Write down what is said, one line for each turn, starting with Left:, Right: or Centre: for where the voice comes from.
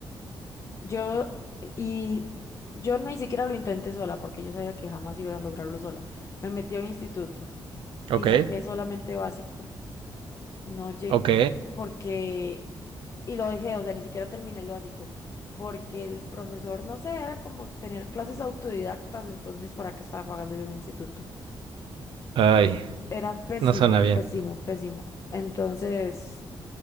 Left: Yo, y yo ni siquiera lo intenté sola porque yo sabía que jamás iba a lograrlo sola. Me metí a un instituto
Right: Ok,
Left: y saqué solamente básico. No llegué,
Right: ok.
Left: porque, y lo dejé, o sea, ni siquiera terminé el básico. Porque el profesor, no sé, era como tener clases autodidactas, entonces, ¿para qué estaba pagando yo un instituto?
Right: Ay,
Left: eran pésimo,
Right: no suena bien.
Left: pésimo, pésimo. Entonces,